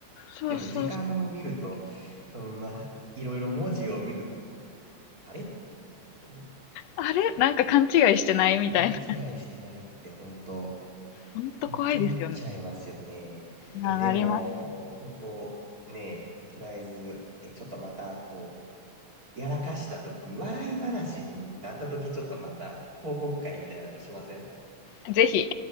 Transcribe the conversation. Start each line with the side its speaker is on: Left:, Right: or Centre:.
Left: そうそう。
Right: でも時間も見ると、そのまあ、いろいろ文字を見ると、あれっていう
Left: あれなんか勘違いしてないみたいな。
Right: 勘違いしてないって本当、
Left: ほんと怖いですよね。
Right: 本当なっちゃいますよね。
Left: な、
Right: えでも、
Left: なりま
Right: 本当ね、とりあえず、えちょっとまたこう、やらかしたとき、笑い話になったとき、ちょっとまた報告会みたいなのしません
Left: す。ぜひ。